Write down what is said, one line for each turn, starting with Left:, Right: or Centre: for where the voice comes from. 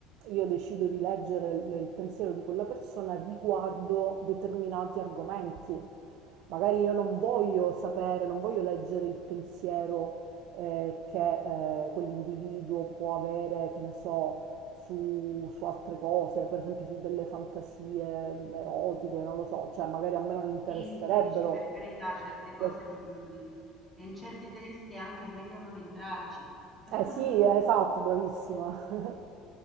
Right: io decido di leggere il, il pensiero di quella persona riguardo determinati argomenti. Magari io non voglio sapere, non voglio leggere il pensiero eh, che eh, quell'individuo può avere, che ne so, su, su altre cose, per esempio su delle fantasie erotiche, non lo so, cioè magari a me non interesserebbero.
Centre: Sì, sì, dici per carità, certe cose
Right: Eh,
Centre: mm, e in certe teste è anche meglio non entrarci. <laughs>
Right: eh sì, esatto, bravissima.